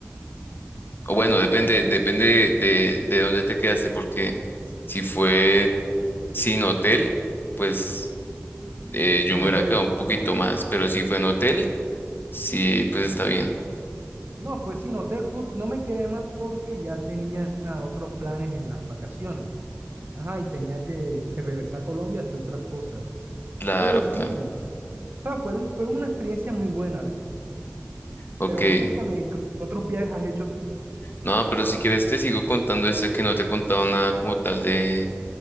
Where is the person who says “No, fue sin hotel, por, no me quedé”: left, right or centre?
Right